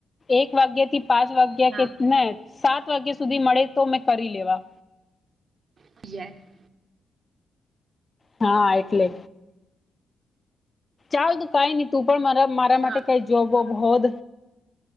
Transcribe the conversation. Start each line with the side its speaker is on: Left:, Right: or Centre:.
Left: એક વાગ્ય થી પાંચ વાગે
Right: હા
Left: કે ના સાત વાગ્યા સુધી મળે તો મેં કરી લેવા.
Right: <unintelligible>
Left: હા એટલે. હાલું કઈ ન તું પણ મારા મારા
Right: સાત
Left: માટે કઈ જોબ વબ હોત.